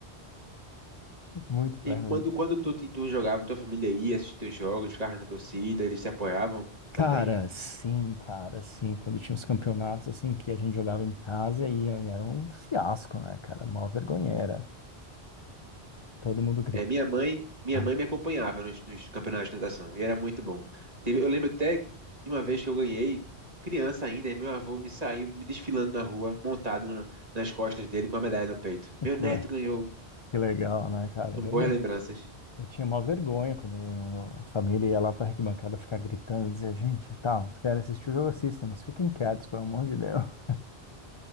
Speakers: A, on the left; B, on the right.
A: Muito perna.
B: E quando,
A: de-
B: quando tu, te- tu jogava, tua família ia assistir teus jogos, ficava na torcida, eles te apoiavam
A: Cara,
B: também.
A: sim, cara, sim. Quando tinha os campeonatos, assim, que a gente jogava em casa e, e era um fiasco, né, cara? Mó vergonheira. Todo mundo grita.
B: É, minha mãe, minha
A: <laughs>
B: mãe me acompanhava nos, nos campeonatos de natação e era muito bom. Teve- eu lembro até de uma vez que eu ganhei, criança ainda, e meu avô me saiu me desfilando na rua, montado na- nas costas dele com a medalha no peito. Meu
A: Que,
B: neto
A: le-
B: ganhou.
A: que legal, né, cara?
B: São
A: Eu
B: boas
A: não.
B: lembranças.
A: Eu tinha mó vergonha quando a família ia lá pra arquibancada ficar gritando, dizer, gente, tá, vocês querem assistir o jogo, assistam, mas fiquem quietos, pelo amor de Deus.